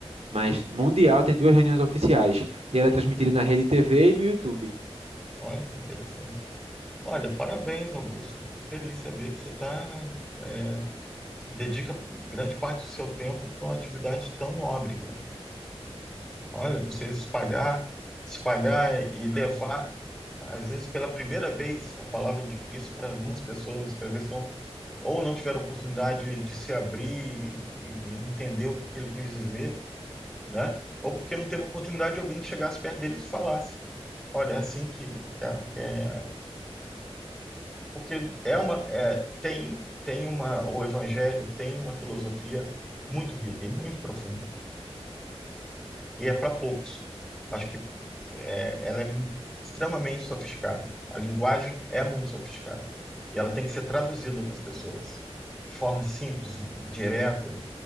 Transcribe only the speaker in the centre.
Olha que interessante. Olha, parabéns, Augusto. Fico feliz de saber que você tá, é, dedica grande parte do seu tempo para uma atividade tão nobre, cara. Olha, você espalhar, espalhar e levar, às vezes pela primeira vez, a palavra de Cristo para algumas pessoas que às vezes estão ou não tiveram oportunidade de se abrir e entender o que que ele quis dizer, né? Ou porque não teve oportunidade de alguém que chegasse perto deles e falasse. Olha, é assim que, que é que é porque é uma, é, tem, tem uma, o Evangelho tem uma filosofia muito rica e muito profunda, e é para poucos. Acho que é, ela é extremamente sofisticada. A linguagem é muito sofisticada, e ela tem que ser traduzida para as pessoas de forma simples, direta,